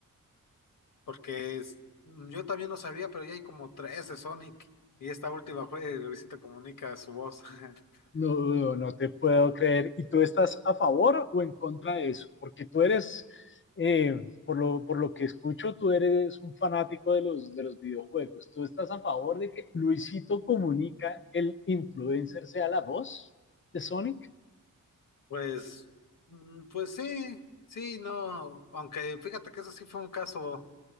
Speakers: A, on the left (about 75°); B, on the left (about 35°).
A: Porque es- mm, yo también lo sabía, pero ya hay como tres de Sonic. Y esta última fue de Luisito Comunica, su voz. <laughs>
B: No, no, no te puedo creer. ¿Y tú estás a favor o en contra de eso? Porque tú eres, eh, por lo, por lo que escucho, tú eres un fanático de los, de los videojuegos. ¿Tú estás a favor de que Luisito Comunica, el influencer, sea la voz de Sonic?
A: Pues, mm, pues sí, sí, no. Aunque fíjate que eso sí fue un caso